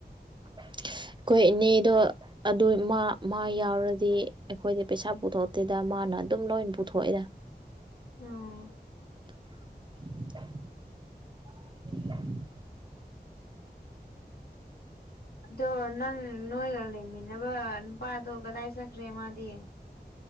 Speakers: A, on the right; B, on the left.
A: <inaudible> ꯑꯩꯈꯣꯏ ꯏꯅꯦꯗꯣ ꯑꯗꯨ ꯃꯥ ꯃꯥ ꯌꯥꯎꯔꯗꯤ ꯑꯩꯈꯣꯏꯗꯤ ꯄꯩꯁꯥ ꯄꯨꯊꯣꯛꯇꯦꯗ ꯃꯥ ꯅ ꯑꯗꯨꯝ ꯂꯣꯏ ꯄꯨꯊꯣꯛꯑꯦꯗ
B: ꯑꯥ
A: <inaudible>
B: ꯑꯗꯣ ꯅꯪ ꯅꯣꯏꯒ ꯂꯩꯃꯤꯕ ꯅꯨꯄꯥꯗꯣ ꯀꯗꯥꯏ ꯁꯛꯈ꯭ꯔꯦ ꯃꯥꯗꯤ